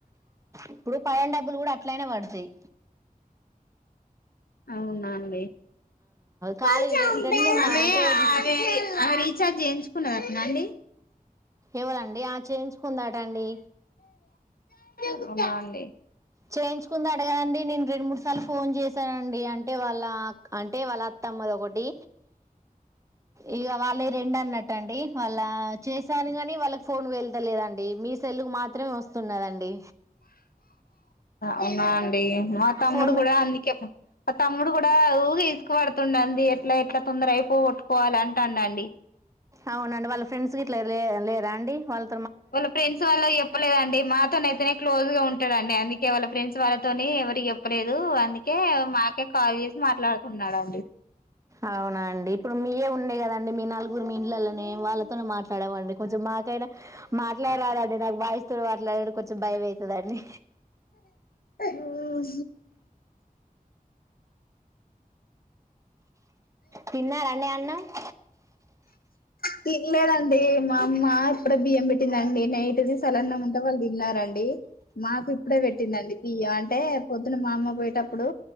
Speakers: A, on the right; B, on the left.
A: ఇప్పుడు పయన డబ్బులు కూడా అట్లయిన పడ్తయి
B: అవున అండీ
A: ఖాళీ
B: తనే
A: రె రెండేమ్మా అంటే మీ
B: ఆదే
A: చి
B: అది రీఛార్జ్ చెయించ్ కున్నదట్నా అండి
A: ఎవరండి ఆ చేయించుకుందాట అండి
B: అవ్న అండి
A: చేయించుకుందటా గాదండి నేన్ రెండు మూడు సార్లు ఫోన్ చేశానండి అంటే వాళ్ళ క్ అంటే వాళ్ళ క్ తమ్మద్ ఒకటి ఇగా వాళ్ళై రెండు అన్నటండి వాళ్ళ చేసి తాంది గాని వాళ్ళకి ఫోన్ వెళ్తలేదండి మీ సెల్లుకు మాత్రమే ఒస్తున్నదండి
B: అవ్నా అండి మా తమ్ముడు
A: ఫోర్ మే
B: కూడా అందుకే మా తమ్ముడు కూడా ఊగే తీస్కు పడుతుండండి ఎట్లా ఎట్లా తొందర్ అయిపోగొట్టుకోవాల అంటండండి
A: అవ్నండి వాళ్ళ ఫ్రెండ్స్ గిట్లా లే లేరా అండి వాళ్
B: వాళ్ళ ఫ్రెండ్స్ వాళ్ళ చెప్పలేదండి మాతోనైతేనే క్లోజ్ గా ఉంటడండి అందిక్ ఇగ వాళ్ళ ఫ్రెండ్స్ వాళ్ళతోని ఎవరి చెప్పలేదు అందుకే మాకే కాల్ చేసి మాట్లాడుకున్నాడండి
A: అవ్నా అండి ఇప్పుడు మీయే ఉం మీ నలుగుర్ మీ ఇండ్లలోనే వాళ్ళతో మాట్లాడేవాడి కొంచెం మాకైనా మాట్లాడరాదండి నాకు బాయిస్ తో మాట్లాడుడు కొంచెం భయం అయితదండీ
B: ఓహో
A: తిన్నారండి అన్నం
B: తిన్లేదం అండి మా అమ్మ ఇప్పుడే బియ్యం పెట్టిందండి నైట్ది సలన్నం ఉంటే వాళ్ళ్ తిన్నారండి మాకు ఇప్పుడే పెట్టిందండి బియ్య అంటే పొద్దున్న మా అమ్మ పోయేటప్పుడు